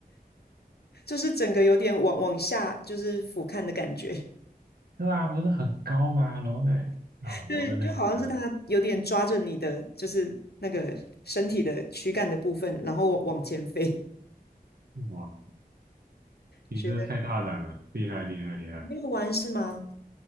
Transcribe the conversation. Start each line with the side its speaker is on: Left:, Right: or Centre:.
Left: 就是整个有点往往下就是俯瞰的感觉，
Right: 对啊，不是很高吗？楼内
Left: <laughs>
Right: 啊，我的那个真的，
Left: 对，就好像是它有点抓着你的就是那个身体的躯干的部分，然后往往前飞。
Right: 哇，你真的太大胆了，
Left: 觉得
Right: 厉害厉害厉害！
Left: 没有玩是吗？